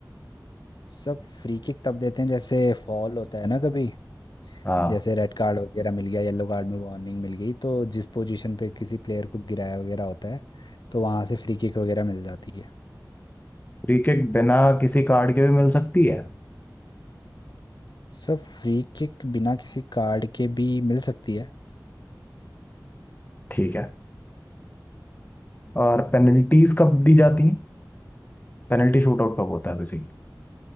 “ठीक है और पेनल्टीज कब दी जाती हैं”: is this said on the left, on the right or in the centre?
Left